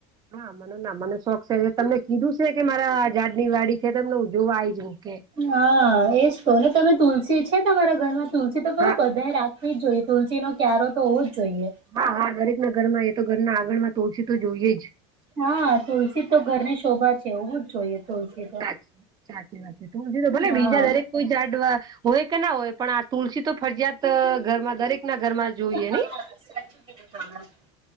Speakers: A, on the right; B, on the right.
A: હા મનો ના મને શોખ છે તમને કીધું છે કે મારા ઝાડ ની વાડી છે તમને હું જોવા આવી જ હું કે
B: હા એજ તો કોને <unintelligible> તમે તુલસી છે તમારા ઘરમાં તુલસી તો ખબર
A: હા
B: બધા રાખવી જ જોઈએ તુલસી નો ક્યારો તો હોવો જ જોઈએ.
A: હા હા દરેક ના ઘર માં એ તો ઘરના આગળ માં તુલસી તો જોઈએ જ
B: હા તુલસી તો ઘર ને શોભા કેવું જ જોઈએ. તુલસી તો
A: સાચી વાત સાચી વાત છે તુંડ્ર ભલે
B: હા
A: બીજા દરેક કોઈ જાડવા હોય કે ના હોય પણ આ તુલસી તો ફરિયાત ઘરમાં દરેક ના ઘરમાં
B: હા
A: જોઈએ ને.
B: સાચું કીધું તમે